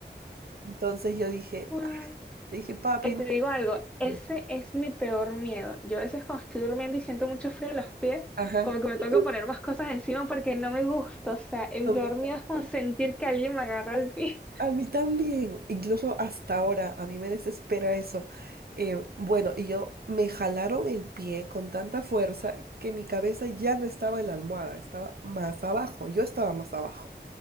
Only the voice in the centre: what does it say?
wow.
Y te
digo algo, ese
es mi peor miedo. Yo a veces cuando estoy durmiendo y siento mucho frío en los pies,
como que me
tengo que poner más cosas encima porque no me gusta. O sea, el
peor miedo
es como sentir que alguien me agarra el pie. <laughs>